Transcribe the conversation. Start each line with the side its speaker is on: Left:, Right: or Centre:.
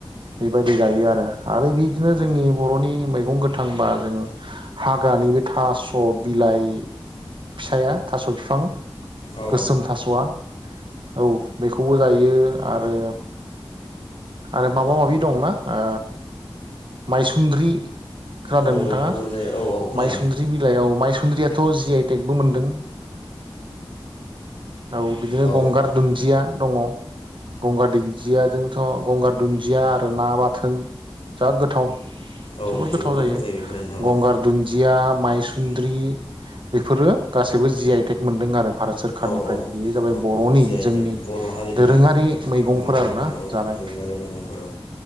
Right: बेबायदि जायो आरो आरो बिदिनो जोंनि बर'नि मैगं गोथां बा जों हाग्रानि बो थास' बिलाइ फिसाया थास' बिफां
Left: औ
Right: गोसोम थास'आ औ बेखौ खौबो जायो आरो आरो माबा माबि दंना ओ माइसुन्द्रि खोनादों
Left: औ
Right: नोंथाङा?
Left: बेफोरखौबो जायो औ औ खोनादों
Right: माइसुन्द्रि बिलाइयाव माइसुन्द्रियाथ' जि आइ टेकबो मोनदों औ बिदिनो
Left: औ
Right: गंगार दुन्दिया दङ गंगार दुन्दियाजोंथ' गंगार दुन्दिया आरो ना बाथोन जा गोथाव
Left: औ
Right: जोबोद गोथाव जायो
Left: बेफोरो नोंथां औ
Right: गंगार दुन्दिया माइसुन्द्रि बेफोरो गासैबो जि आइ टेक मोनदों आरो भारत सोररखारनिफ्राय
Left: औ औ
Right: बेयो जाबाय बरनि
Left: जि आइ
Right: जोंनि
Left: टेक बर' हारिनि
Right: दोरोङारि मैगंफोर
Left: दोरोङारि
Right: आरो ना
Left: औ
Right: जानाय
Left: दोरोङारि मैगंफोर औ